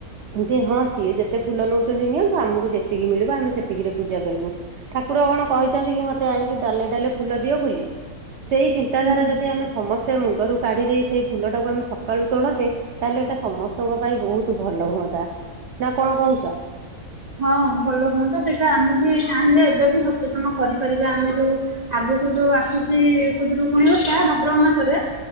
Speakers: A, on the right; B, on the right.
A: ଯେ ହଁ ସିଏ ଯେତେ ଫୁଲ ନଉଚନ୍ତି ନିଅନ୍ତୁ ଆମକୁ ଯେତିକି ମିଳିବ ଆମେ ସେତିକିରେ ପୂଜା କରିବୁ। ଠାକୁର କଣ କହିଛନ୍ତି କି ମତେ ଆଣିକି ଡାଲେ ଡାଲେ ଫୁଲ ଦିଅ ବୋଲି ସେଇ ଚିନ୍ତାଧାରା
B: ହୁଁ।
A: ଯଦି ଆମେ ସମସ୍ତେ ମୁଣ୍ଡରୁ କାଢ଼ିଦେଇ ସେଇ ଫୁଲଟାକୁ ଆମେ ସକାଳୁ ତୋଳନ୍ତେ ତାହେଲେ ଏଇଟା ସମସ୍ତଙ୍କ ପାଇଁ ବହୁତ ଭଲ ହୁଅନ୍ତା ନା କଣ କହୁଛ
B: ହଁ ଭଲ ହୁଅନ୍ତା ସେଇଟା ଆମେ ବି ଚାହିଁଲେ ଏବେ ବି ସଚେତନ କରିପାରିବା ଆମେ ଯୋଉ ଆଗକୁ ଯୋଉ ଆସୁଛି ଖୁଦୁରୁକୁଣୀ ଓଷା ଭାଦ୍ରବ ମାସରେ